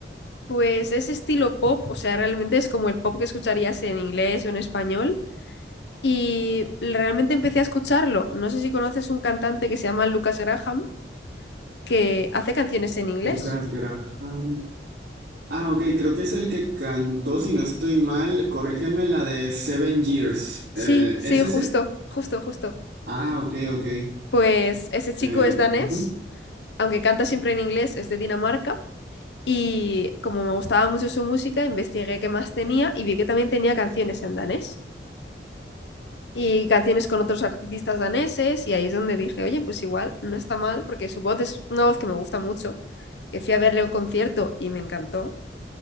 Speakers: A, on the left (about 75°); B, on the right (about 75°).
A: pues es estilo pop, o sea, realmente es como el pop que escucharías en inglés o en español. Y realmente empecé a escucharlo. No sé si conoces un cantante que se llama Lucas Graham, que hace canciones en inglés.
B: Lucas Graham. Ah, ok, creo que es el que cantó, si no estoy mal, corrígeme la de Seven Years. Eh,
A: Sí, sí,
B: ¿es ese?
A: justo, justo, justo.
B: Ah, ok, ok.
A: Pues ese chico
B: Eh,
A: es danés,
B: ujú.
A: aunque canta siempre en inglés, es de Dinamarca. Y como me gustaba mucho su música, investigué qué más tenía y vi que también tenía canciones en danés y canciones con otros artistas daneses. Y ahí es donde dije, oye, pues igual no está mal, porque su voz es una voz que me gusta mucho. Que fui a verle a un concierto y me encantó.